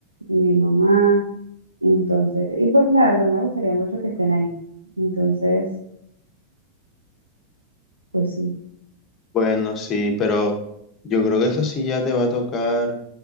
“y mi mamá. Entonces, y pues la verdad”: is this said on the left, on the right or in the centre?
Right